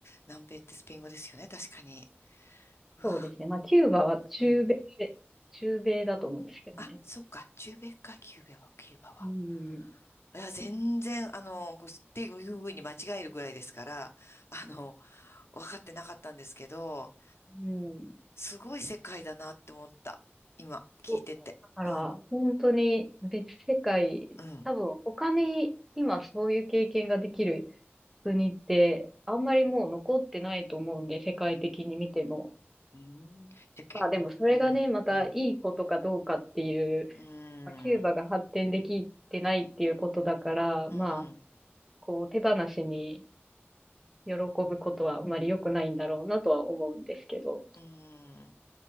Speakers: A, on the left; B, in the centre.
A: 南米ってスペイン語ですよね、確かに。うわ、
B: そうですね。まあキューバは中米、
A: うん。
B: 中米だと思うんですけどね。
A: あ、そっか、中米か、キューバは、キューバは。
B: うん、
A: いや、全然、あの、ごっていうふうに間違えるぐらいですから、あの、分かってなかったんですけど、
B: うん。
A: すごい世界だなって思った。今、聞いてて。
B: そう、だから本当に別世界、
A: うん、うん、
B: 多分他に今そういう経験ができる国って、あんまりもう残ってないと思うんで、世界的に見ても。
A: うん。じゃ、け、
B: まあでもそれがね、
A: うん、
B: またいいことかどうかっていう、
A: うん、うん、
B: まあ、キューバが発展できてないっていうことだから、
A: うん、
B: まあ、こう手放しに喜ぶことはあんまり良くないんだろうなとは思うんですけど。
A: うん。